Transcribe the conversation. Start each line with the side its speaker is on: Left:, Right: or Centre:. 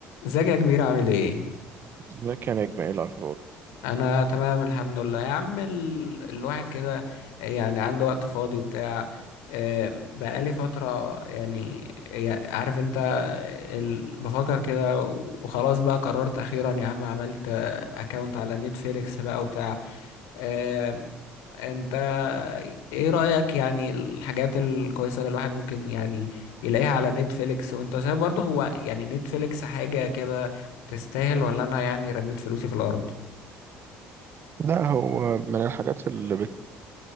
Left: ازيك يا كبير عامل ايه؟
Right: ازيك يا نجم ايه الاخبار
Left: انا تمام الحمد لله يا عم ال... الواحد كده يعني عنده وقت فاضي وبتاع آه، بقالي فترة يعني يع- عارف انت ال... بفكر كده وخلاص بقى قررت اخيرا يا عم عملت اكونت على نتفليكس بقى وبتاع آه، انت ايه رأيك يعني الحاجات الكويسة اللي الواحد ممكن يعني يلاقيها على نتفليكس وانت شايف برضه هو يعني نتفليكس حاجة كده تستاهل ولا انا يعني رميت فلوسي في الارض
Right: لا هو من الحاجات اللي